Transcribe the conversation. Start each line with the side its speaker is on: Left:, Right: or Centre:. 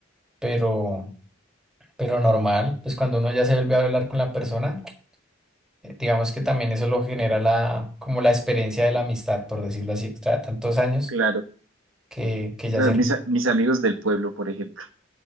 Centre: pero, pero normal, pues cuando uno ya se vuelve a hablar con la persona. eh, digamos que también eso lo genera la, como la experiencia de la amistad, por decirlo así, tra- tantos años
Right: Claro,
Centre: que, que ya
Right: claro,
Centre: se...
Right: mis, a- mis amigos del pueblo, por ejemplo.